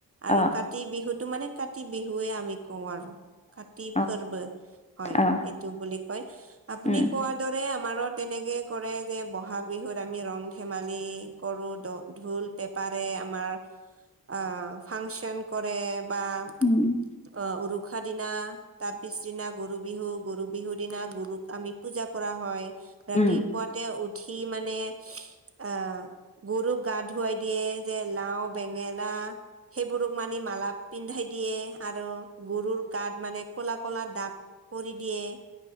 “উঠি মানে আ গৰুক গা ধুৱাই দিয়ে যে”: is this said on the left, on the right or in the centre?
Right